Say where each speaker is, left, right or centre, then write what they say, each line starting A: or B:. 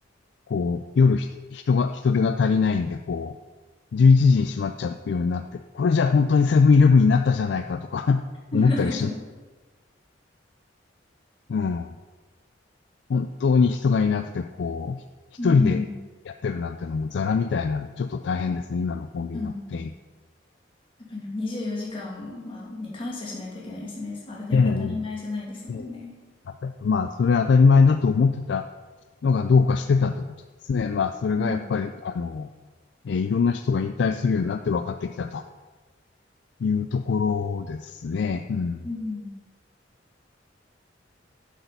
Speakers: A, on the left (about 65°); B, on the left (about 30°).
A: こう、夜ひ人が、人手が足りないんで、こう、11時に閉まっちゃうようになって、これじゃ本当にセブンイレブンになったじゃないかとか
B: <laughs>
A: <laughs> 思ったりします。うん。本当に人がいなくて、こう、ひ一人でやってるなんてのもザラみたいなんで、
B: うん。
A: ちょっと大変ですね、今のコンビニの店員。
B: うん。やっぱり24時間はに感謝しないといけないですね。そう当たり、
A: ええええやっぱりまあ、
B: 当たり前じゃないですもんね。
A: それは当たり前だと思ってたのがどうかしてたってことですね。まあ、それがやっぱり、
B: うん。
A: あの、えーいろんな人が引退するようになって分かってきたというところですね。うん。
B: うん。